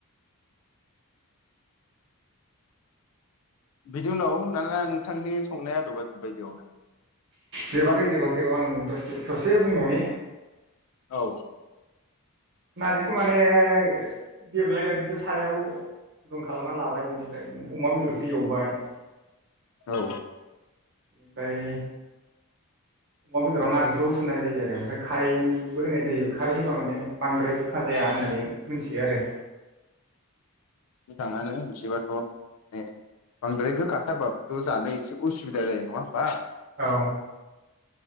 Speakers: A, on the left (about 70°); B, on the right (about 55°).
A: बिदि उनाव नङा नोंथांनि संनाया आदबा जोबबाय बेयावनो?
B: जोबाखै जोबाखै र आं दसे ससे बुंबावनि
A: औ
B: नारजिखौ माने गेबलेनाय बायदि दो सारायाव गुदुं खालामना लाबाय बेनिफ्राय अमा बेदर एवबाय ओमफाय
A: औ
B: अमा बेदराव नारजिखौ होसननाय जायो आरो ओमफाय खारैबो होनाय जायो खारै होबा माने बांद्राय गोखा जाया होननानै मोनथियो आरो
A: मोजाङानो बिदिबाथ ने बांद्राय गोखाथारबाबथ जानो एसे उसुबिदा जायो नङा होमबा
B: औ